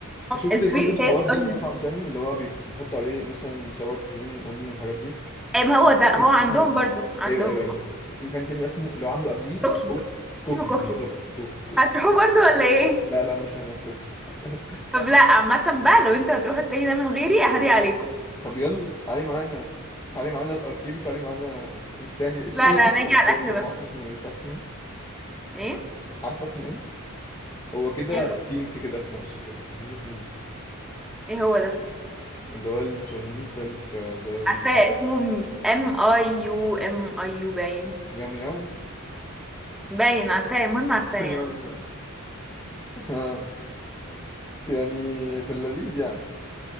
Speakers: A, on the left; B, in the centre.
A: شفت
B: السويت
A: برضه الحوار
B: اللي هي
A: ده
B: بالاونيونز
A: في مطعم تاني اللي هو بيكو- بيحطوا عليه مثلا سوار كريم واونيون والحاجات دي
B: اي
A: في
B: ما هو ده
A: مكان
B: هو عندهم
A: اسمه
B: برضو عندهم
A: ايوه ايوه ايوه في مكان تاني بقى اسمه اللي هو عامله قبليه
B: طوكيو
A: هو كوكيو
B: اسمه طوكيو
A: بالظبط كو- كو-
B: هتروحوا برضو ولا ايه
A: لا لا مش هنروح كوكيو <laughs>
B: طب لا عامة بقى لو انتوا هتروحوا التاني ده من غيري اهدي عليكم
A: طب يلا تعالي معانا تعالي معانا الاركيد وتعالي معانا التاني اسمه
B: لا
A: ايه
B: لا
A: اسمه
B: هنيجي
A: التاني
B: على الاكل
A: ده ما
B: بس
A: اعرفش اسمه ايه تعرف اسمه إيه؟
B: ايه
A: عارفه اسمه ايه هو كده
B: ايه هو
A: بينك كده في نفسه كده كان لونه بينك
B: إيه هو ده
A: اللي هو التشاينيز ده اللي في جايورد
B: عارفاه اسمه ام اي يو ام اي يو باين
A: ياو مياو
B: باين عارفاه المهم عارفاه
A: <laughs>
B: يعني
A: ياو مياو يعني في اللذيذ يعني